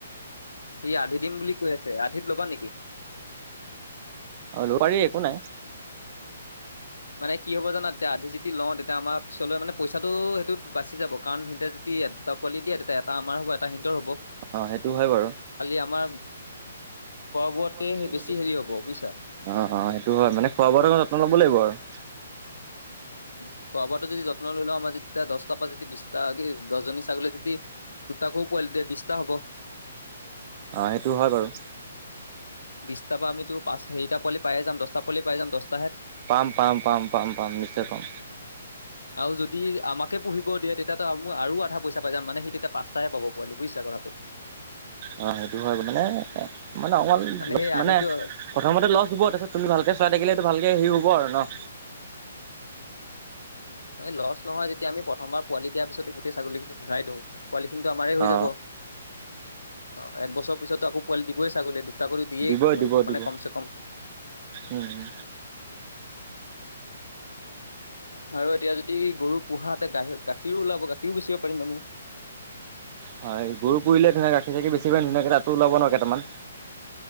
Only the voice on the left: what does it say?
সি আধি দিম বুলি কৈ আছে, আধিত লবা নেকি?
মানে কি হব জানা তেতিয়া লওঁ তেতিয়া আমাৰ পিছলৈ মানে পইচাটো সেইটোত বাচি যাব কাৰণ সিতিয়া যদি দুটা পোৱালি দিয়ে তেতিয়া এটা আমাৰ এটা সিহঁতৰ হব।
খালি আমাৰ
বোৱাতে
হেৰি হ'ব বুজিছা।
উম খোৱা বোৱাটো যদি যত্ন লৈ লওঁ আমাৰ যেতিয়া দছটা পৰা যদি বিছটা কি দছজনী ছাগলী যদি দুটাকো পোৱালি দিয়ে বিছটা হ'ব
বিছটা পৰা আমিটো পাঁচ সেইটা পোৱালি পায়ে যাম দছটা পোৱালি পায়ে যাম। দছটা
আৰু যদি আমাকে পুহিব দিয়ে তেতিয়াতো আম আৰু আধা পইচা পাই যাম মানে সি তেতিয়া পাঁচটা হে পাব পোৱালি বুজিছা কথাটো <inaudible>
সেই আধিটো
এ লছ নহয় যেতিয়া আমি প্ৰথমবাৰ পোৱালি দিয়াৰ পিছতে গোটেই ছাগলী খিনি ঘূৰাই দিওঁ পোৱালি খিনিটো আমাৰেই হৈ
যাব। অ এক বছৰ পিছতটো আকৌ পোৱালি দিবই ছাগলীয়ে টো দুটা কৰি দিয়েই
মানে
কম চে কম
আৰু এতিয়া যদি গৰু পোহা হতে গাখী গাখীৰো ওলাব গাখীৰো বেচিব পাৰিম আমি